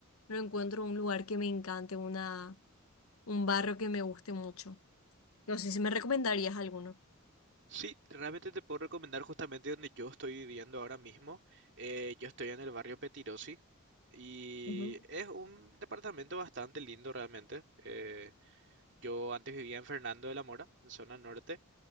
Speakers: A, on the left; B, on the right.
A: no encuentro un lugar que me encante, una... Un barro que me guste mucho. No sé si me recomendarías alguno.
B: Sí, realmente te puedo recomendar justamente donde yo estoy viviendo ahora mismo. Eh, yo estoy en el barrio Petirosi y
A: Ujú.
B: es un departamento bastante lindo realmente. Eh, yo antes vivía en Fernando de la Mora, en zona norte,